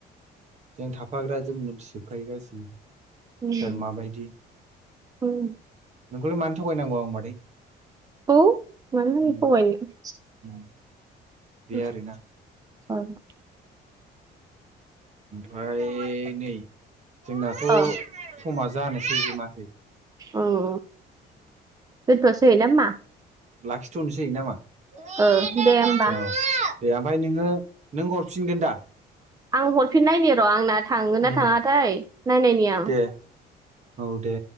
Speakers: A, on the right; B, on the right.
A: जों थाफाग्रा जों मोनथिजोबखायो गासिबो।
B: उम
A: सोर माबायदि
B: ओम।
A: नोंखौल' मानो थगायनांगौ आं मादै?
B: औ मानो
A: उम
B: जों थगायनो?
A: उम बे
B: ओम
A: आरोना
B: अम।
A: ओमफ्राय नै जोंनाथ'
B: अ
A: समा जानोसैयोबो माथो?
B: ओओ दोनथ'सै ना मा?
A: लाखिथ'नोसै नामा? औ
B: ओ दे होमबा
A: दे ओमफ्राय नोङो नों हरफिनगोन दा?
B: आं हरफिन नायनि र' आंना थांगोन
A: ओं
B: ना थाङाथाय नायनायनि आं
A: दे। औ दे।